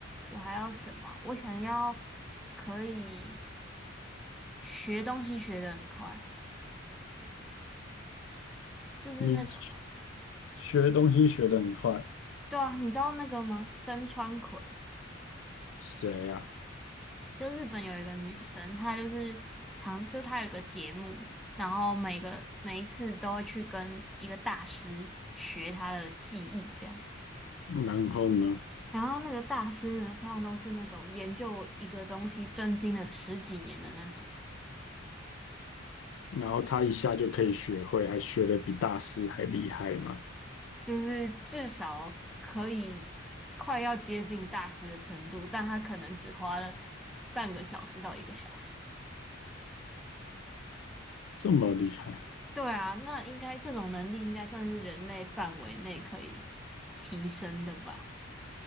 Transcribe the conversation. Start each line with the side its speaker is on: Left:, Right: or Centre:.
Centre: 我还要什么？我想要可以学东西学得很快，就是那个，
Left: 你学东西学得很快，
Centre: 对啊，你知道那个吗？身川葵。
Left: 谁呀、
Centre: 就日本有一个女生，她就是常，就她有一个节目，然后每个每一次都会去跟一个大师学她的技艺，这样。
Left: 然后呢？
Centre: 然后那个大师呢，通常都是那种研究一个东西专精了十几年的那种，
Left: 然后他一下就可以学会，还学得比大师还厉害嘛？
Centre: 就是至少可以快要接近大师的程度，但他可能只花了半个小时到一个小时。
Left: 这么厉害。
Centre: 对啊，那应该这种能力应该算是人类范围内可以提升的吧。